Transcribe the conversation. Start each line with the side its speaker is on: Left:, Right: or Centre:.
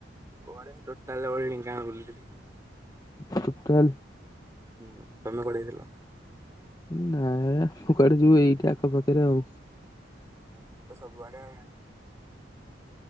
Right: ପରେ ଟୋଟାଲ ଭଳି ଗାଁ ବୁଲୁଥିଲି।
Left: <unintelligible>
Right: ହୁଁ ତମେ କୁଆଡେ ଯାଇଥିଲ?
Left: ନାଇଁ ମୁଁ କାଆଡେ ଯିବି ଏଇଠି ଆଖପାଖରେ ଆଉ।
Right: ସେ ତ ସବୁଆଡେ ଆଉ।